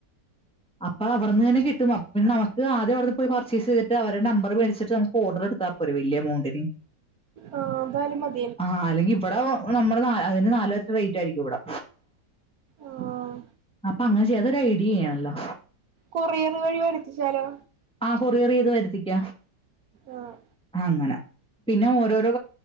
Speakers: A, in the centre; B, on the right.
A: അപ്പൊ അവിടെനെന്നെ കിട്ടും പിന്നെ നമുക്ക് ആദ്യ അവിട പോയി പർച്ചേഴ്സ് ചെയ്തി്ട്ട് അവരെ നമ്പർ മേടിച്ചിട്ട് നമക്ക് ഓർഡർ എടുത്ത. ഒരു വലിയ എ മൗണ്ടിന്.
B: ആ അതായാലും മതി.
A: ആഹ് അല്ലെങ്കി ഇവിടെ നമ്മുടെ ന അതിന്റെ നാലിരട്ടി റേറ്റ് ആയിരിക്കും ഇവിടെ.
B: ആഹ്
A: അപ്പൊ അങ്ങനെ ചെയ അതൊരു ഐഡിയ ആണല്ലോ?
B: കൊറിയറ് വഴി വരുത്തിച്ചാലോ?
A: ആ കൊറിയർ ചെയ്ത് വരുത്തിക്ക
B: ആഹ്
A: അങ്ങനെ. പിന്നെ ഓരോരോ